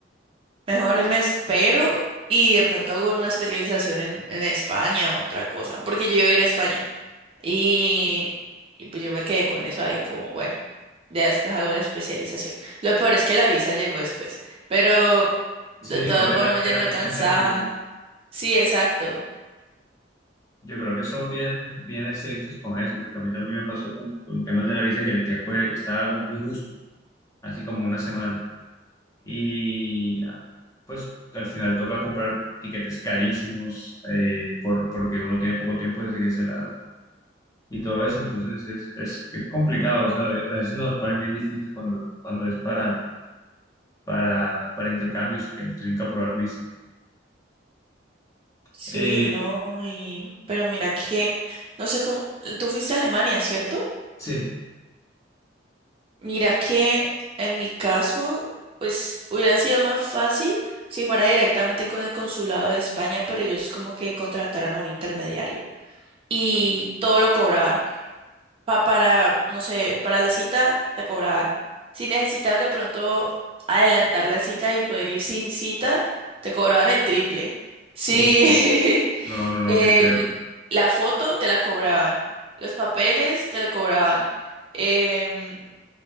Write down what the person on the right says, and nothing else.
Mejor ahí me espero y de pronto hago una especialización en, en España, otra cosa, porque yo iba a ir a España y, y pues yo me quedé con eso ahí como, bueno, ya después hago la especialización. Lo peor es que la visa llegó después, pero de
todas formas
ya no alcanzaba.
Sí, exacto.
Sí,
no, y, pero mira que, no sé cómo, tú fuiste a Alemania, ¿cierto?
Mira que en mi caso, pues hubiera sido más fácil si fuera directamente con el consulado de España, pero ellos como que contrataran a un intermediario y todo lo cobraban. Pa- para, no sé, para la cita te cobraban. Si necesitas de pronto adelantar la cita y poder ir sin cita, te cobraban el triple. Sí,
<laughs>
el-
la foto te la cobraban, los papeles te la cobraban. em,